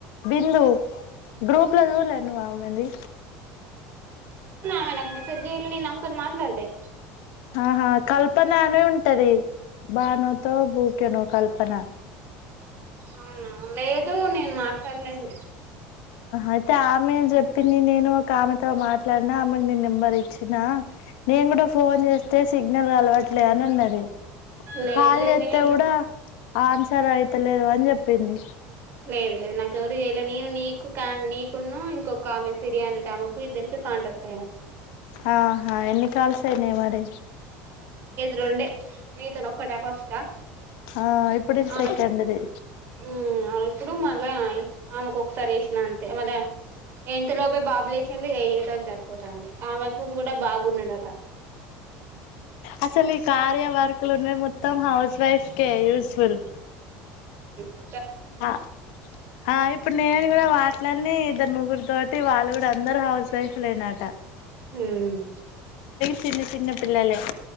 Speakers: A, on the left; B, on the right.
A: బిందు గ్రూప్ ఇప్పుల దూరనువామ్మంది
B: నా మెసజ్లి నన్ అ తర్ మాట్లాడలే
A: ఆహా కల్పన అనే ఉంటది బానోతో బూకెనో కల్పన
B: అవునా లేదు నేను మాట్లాడలేదు
A: అయితే ఆమె ని నేను ఒక ఆమెతో మా అట్లాన్నా ఆమకు నీ నెంబర్ ఇచ్చినా నేను కూడా ఫోన్ చేస్తే సిగ్నల్ అలవట్లే అని అన్నాది
B: లేదు
A: ఖాళ
B: లేదు
A: ఎత్త
B: నేను ఇంకా
A: కూడాఊడా ఆన్సర్ అయితలేదు అని చెప్పింది
B: లేదు లేదు నాకెవరు ఏయలే నేను నీకు నీకున్న ఇంకొక ఆ మెసేరి అనే టమకు ఇద్దరిక కాంటాక్ట్ అయ్యా
A: ఆహా ఎన్ని కాల్సైనయ్ మరీ
B: రొండె నీతొన్ ఒక్కటా ఫస్టా
A: ఆ ఇప్పుడు ఇది
B: ఆమెకి
A: సెకండ్ది
B: మ్ ఇప్పుడు మళ్ళా ఆమెకు ఒక్సారి సిన అంతే మళ్ళా ఇంతలోపే బాబులేసిండు ఈనతోని సరిపోతాంది ఆమెకు డ బాబున్నడట
A: అసలు ఈ కార్య వర్కులు మొత్తం హౌస్ వైఫ్ కె యూస్ఫుల్
B: ఆ
A: ఆ ఆ ఇప్పుడు నేను కూడా మాట్లాడినయ్ ఇద్దరు ముగ్గురు తోటి వాళ్ళు కూడ్ అందరు హౌస్ వైఫ్ లేనాట
B: మ్
A: చిన్న చిన్న పిల్లలే